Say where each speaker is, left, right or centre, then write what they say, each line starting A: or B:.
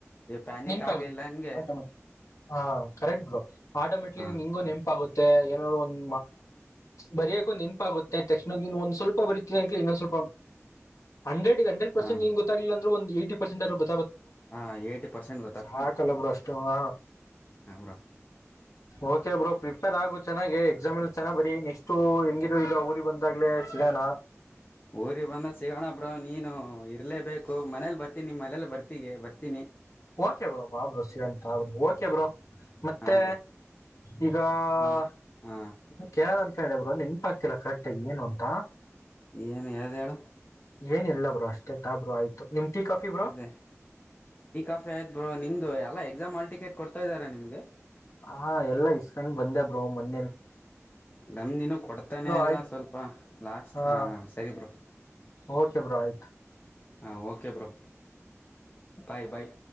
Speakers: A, on the left; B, on the left.
A: ಪ್ಯಾನಿಕ್
B: ನೆನ್ಪಾಗುತ್ತೆ
A: ಆಗಿಲ್ಲ ಹಂಗೆ
B: ಆಟೋಮೆಟಿಕ್ ಹಾ ಕರೆಕ್ಟ್ ಬಕ್ ಆಟೋಮೆಟಕ್ಲಿ
A: ಹಾ
B: ನಿಂಗಗ ನೆಪಾಗಗೆ ಏನಾದ್ರು ಒಂದ್ ಬರಿಯಕ್ ಒಂದ್ ನೆನಪಾಗುತ್ತೆ ತಕ್ಷಣ ನೀ ಒಂದ್ ಸ್ವಲ್ಪ ಬರಿೀ ಇನ್ನ ಸಲ್ಪ ಹಂಡ್ರೆಗೆ ಹಂಡೆಡ್ ಪಸೆಟ್
A: ಹಾ
B: ನೀ
A: ಬ್ರೋ
B: ಗೊತ್ತಾಗಿಲ್ಲ ಒಂದು ಯಿ ಪರ್ೆಟ್ ಬ್
A: ಹಾ ಏಯ್ಟಿ ಪರ್ಸೆಂಟ್
B: ಸಾಕಲ್ಲ ಬರು ಅಷ್ಟು ಹ
A: ಹ್ರ
B: ಓಕೆ ಬ್ರೋ ಪ್ರಿಪೇರ್ ಆಗು ಚೆನ್ನಾಗೆ ಎಕ್ಸಾಮ್ ಎಲ್ಲಿ ಚೆನ್ನಾಗಿ ಬರರಿ ನೆಕ್ಸ್ಟ್ು ಹೆಂಗಿರು ಈಗ ಊರಿಗೆ ಬಂದಾಗ್ಲೇ ಸಿಗೋಣ
A: ಊರಿಗೆ ಬಂದ ಸಿಗೋಣ ಬ್ರ ನೀನು ಇರ್ಲೇಬೇಕು ಮನೇಲಿ ಬರ್ತೀನಿ ನಿಮ್ ಮನೇಲಿ ಬರ್ತಗೆ ಬರ್ತೀನಿ
B: ಓಕೆ ಬ್ರೋ ಬಾಬ ಸಂತ ಬಾಬ ಓಕೆ ಬ್ರೋ ಮತ್ತೆ
A: ಹಾ ಬ್ರೋ
B: ಈಗೇಳ
A: ಮನೆ ಹಾ
B: ಬ ನೆನ್ಪ ಆಗ್ತಿಲ್ಲ ಕರೆಕ್ಟ್ಾಗಿ ಏನು ಅಂತ
A: ಏನು ಯ್ದ್ಯಾಡ
B: ಏನಿಲ್ಲಲ್ಲ ಬ್ರರು ಅಷ್ಟೆ ತಾ ಬ್ರೋ ಆಯ್ತು ನಿಮ್ ಟೀ ಕಾಫಿ ಬ್ರೋ
A: ಅದೇ ಆಫೇದ ನಿಮ್ದು ಎಲ್ಲಾ ಎಕ್ಸಾಮ್ ಆಲ್ಟಿಕೇಟ್ ಕೊಡ್ತಾ ಇದಾರಾ ನಿಮ್ಗೆ
B: ಹಾ ಎಲ್ಲಾ ಇಷ್ಟನ್ ಬಂದೆ ಬ್ರೋ ಮೊೆ
A: ನಮದಿನೂ ಕೊಡ್ತಾನೆ ಅಲ್ಲ
B: ಆಯ್ತು
A: ಸ್ವಲ್ಪ ಲಾಸ್ಟ್
B: ಹಾ
A: ಸರಿ ಬರು
B: ಓಕೆ ಬ್ರೋಹತ್
A: ಹಾ ಓಕೆ ಬ್ರೋ ಬಾಯ್ ಬಾಯ್